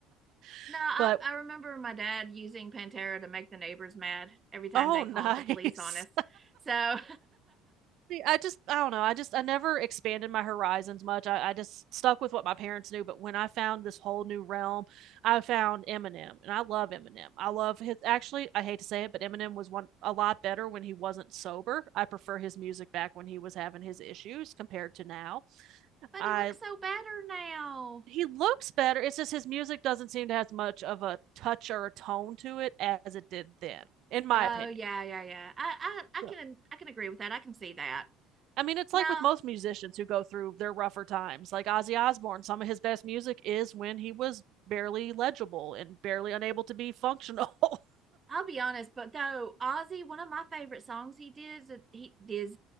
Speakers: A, on the right; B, on the right.
A: <laughs>
B: No, I,
A: but
B: I remember my dad using Pantera to make the neighbors mad every time
A: oh,
B: they called
A: nice.
B: the police on us. So, <laughs>
A: I just I don't know. I just I never expanded my horizons much. I, I just stuck with what my parents knew. But when I found this whole new realm, I found Eminem, and I love Eminem. I love his. Actually, I hate to say it, but Eminem was one a lot better when he wasn't sober. I prefer his music back when he was having his issues compared to now.
B: but
A: I
B: he looks so better now.
A: he looks better. It's just his music doesn't seem to have as much of a touch or a tone to it as it did then, in my
B: Oh
A: opinion.
B: yeah, yeah, yeah. I, I, I
A: So
B: can, I can agree with that. I can see that.
A: I mean, it's
B: No,
A: like with most musicians who go through their rougher times. Like Ozzy Osbourne, some of his best music is when he was barely legible and barely unable to be functional.
B: I'll be honest, but though Ozzy, one of my favorite songs he did, he did.